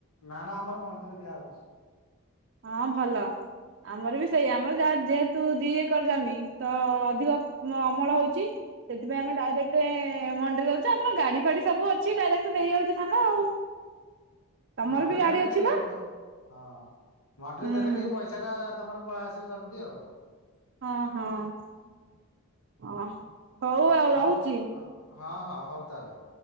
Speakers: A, on the left; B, on the right.
A: ନା ନା ଆମର ମଣ୍ଡି ରେ ଦିଆ ହଉଚି।
B: ହଁ ଭଲ। ଆମର ବି ସେଇ ଆମର ଯାହା ଯେହେତୁ ଦି ଏକର ଜମି ତ ଅଧିକ ମ ଅମଳ ହଉଚି। ସେଥିପାଇଁ ଆମେ ଡାଇରେକ୍ଟେ ମଣ୍ଡିରେ ଦଉଚୁ। ଆମର ଗାଡି ଫାଡି ସବୁ ଅଛି ଡାଇରେକ୍ଟ ଦେଇଆଉଚୁ ଧାନ ଆଉ। ତମର
A: ମଣ୍ଡି
B: ବି
A: ରେ ଦେଲେ
B: ଗାଡି
A: ଟିକେ
B: ଅଛି
A: ଲେଟ୍
B: ବା
A: ହବ। ହଁ। ମଣ୍ଡିରେ
B: ହୁଁ
A: ଦେଲେ ଟିକେ ପଇସା ଟା ତମର ପଳେଇ ଆସିବ ଜଲଦି ଆଉ।
B: ହଁ ହଁ। ଅ। ହଉ ଆଉ
A: ହଉ।
B: ରହୁଛି।
A: ହଁ ହଁ ହଉ ତାହେଲେ।